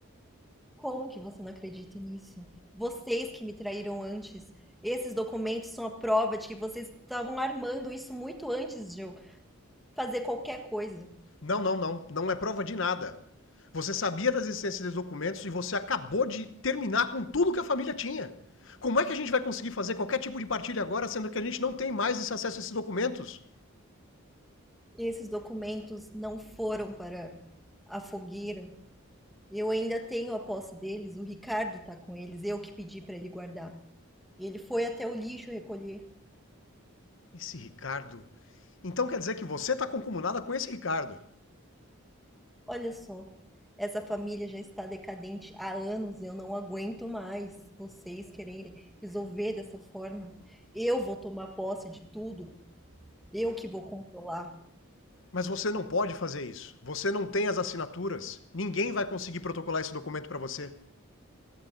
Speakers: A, in the centre; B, on the left.
A: Como que você não acredita nisso? Vocês que me traíram antes. Esses documentos são a prova de que vocês estavam armando isso muito antes de eu fazer qualquer coisa.
B: Não, não, não. Não é prova de nada. Você sabia da existência dos documentos e você acabou de terminar com tudo que a família tinha. Como é que a gente vai conseguir fazer qualquer tipo de partilha agora, sendo que a gente não tem mais esse acesso a esses documentos?
A: Esses documentos não foram para a fogueira. Eu ainda tenho a posse deles, o Ricardo tá com eles, eu que pedi pra ele guardar. E ele foi até o lixo recolher.
B: Esse Ricardo. Então quer dizer que você está concomunada com esse Ricardo.
A: Olha só, essa família já está decadente há anos, eu não aguento mais vocês quererem resolver dessa forma. Eu vou tomar posse de tudo, eu que vou controlar.
B: Mas você não pode fazer isso. Você não tem as assinaturas. Ninguém vai conseguir protocolar esse documento para você.